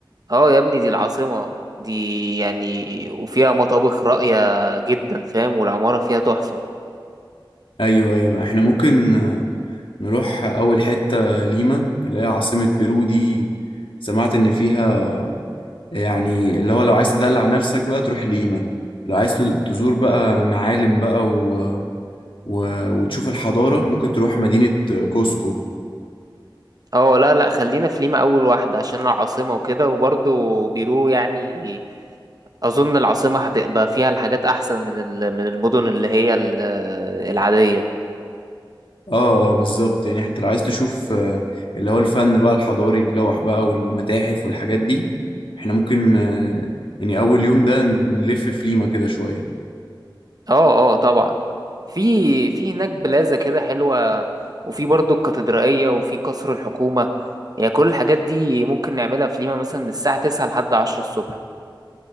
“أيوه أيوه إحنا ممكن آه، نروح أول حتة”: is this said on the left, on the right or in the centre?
Left